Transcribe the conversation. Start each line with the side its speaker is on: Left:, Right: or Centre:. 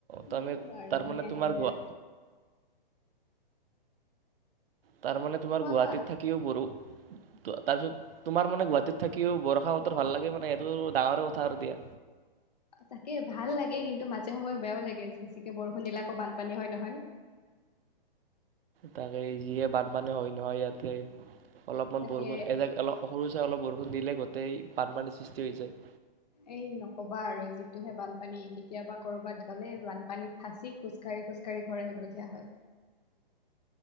Right: তাৰমানে
Left: যিকোনো আৰু
Right: তাৰমানে
Left: ধুনীয়াকে
Right: তোমাৰ গুৱা তাৰ মানে তোমাৰ
Left: কোৱা
Right: গুৱাহাটীত
Left: কোৱা
Right: থাকিও বৰু তাৰপিছত তোমাৰ মানে গুৱাহাটীত থাকিও বৰষা বতৰ ভাল লাগে মানে এইটো ডাঙৰে কথা আৰু দিয়া
Left: তাকে ভাল লাগে কিন্তু মাজে সময়ে বেয়াও লাগে বেছিকে বৰষুণ দিলে আকৌ বানপানী হয় নহয়
Right: তাকে যিয়ে বানপানী হয় নহয় ইয়াত তাকেই অলপমান
Left: তাকে
Right: বৰষুণ এজাক অলপ সৰু চাই অলপ বৰষুণ দিলে গোটেই বানপানীৰ সৃষ্টি হৈ যায়
Left: এই নকবা আৰু যিটোহে বানপানী কেতিয়াবা কৰবাত গ'লে বানপানীত ফাঁচি খোজ কাঢ়ি খোজ কাঢ়ি ঘৰ আহিবলগীয়া হয়